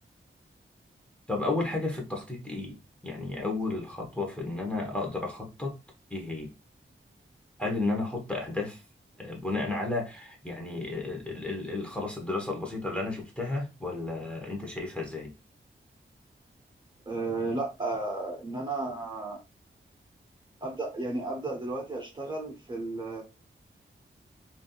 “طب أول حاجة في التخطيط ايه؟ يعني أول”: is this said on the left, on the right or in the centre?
Centre